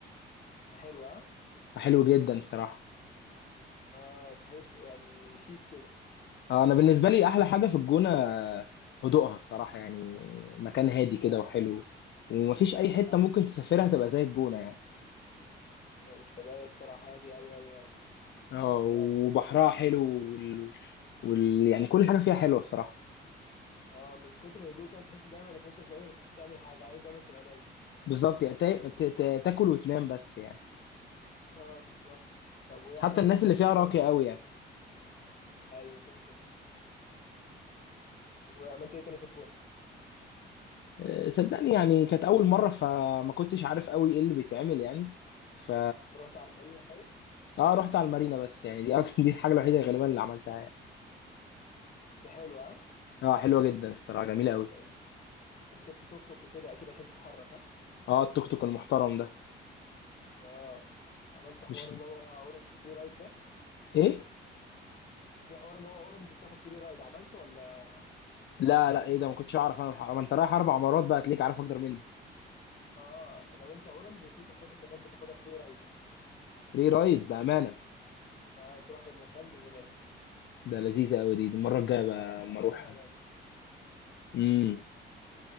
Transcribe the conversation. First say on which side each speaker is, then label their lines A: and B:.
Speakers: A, on the left (about 40°); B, on the left (about 65°).
A: حلوه ها؟
B: حلو جدا الصراحة
A: اه تحس يعني شيك كده
B: اه انا بالنسبه لي احلى حاجه في الجونه آه، هدوءها الصراحه يعني مكان هادي كده
A: اه
B: وحلو ومفيش اي حته
A: ده
B: ممكن تسافرها تبقى زي الجونه يعني
A: مش طبيعيه الصراحه هادي قوي قوي يعني
B: اه وبحرها
A: يعني
B: حلو وال... وال... يعني كل حاجه فيها حلوه الصراحه
A: اه من كتر هدوء كده تحس دايما انك انت مش قادر تعمل حاجه عايز دايما تبقى نايم
B: بالظبط يعني تا... ت... ت... تاكل وتنام بس يعني
A: اه بالظبط طب وايه عملت
B: حتى الناس
A: ايه تاني
B: اللي فيها
A: في الجونة؟
B: راقيه قوي يعني
A: ايوه كده كده طب وايه عملت ايه تاني في الجونه
B: آه، صدقني يعني كانت اول مره فما كنتش عارف قوي ايه اللي بيتعمل يعني ف
A: رحت على المارينا طيب
B: اه رحت على المارينا بس يعني دي أك- <laughs> دي الحاجه الوحيده غالبا اللي عملتها يعني
A: بس حلو ها
B: اه حلوه جدا الصراحه جميله قوي
A: طب ركبت توك توك وكده اكيد عشان تتحرك ها
B: اه التوك توك المحترم ده
A: اه عملت حوار
B: مش
A: اللي هو اورنج فري رايد ده
B: ايه
A: في حوار اللي هو اورنج بتاخد فري رايد عملته ولا
B: لا لا ايه ده ما كنتش اعرف انا الحق. ما انت رايح اربع مرات بقى هتلاقيك عارف اكتر مني
A: اه لو انت اورنج في تكاتك هناك بتاخدها فري رايد
B: فري رايد بامانه
A: اه تروح المكان ببلاش
B: ده لذيذه قوي دي دي المره الجايه بقى
A: انا عايش
B: اما
A: على
B: اروح
A: كده انا
B: امم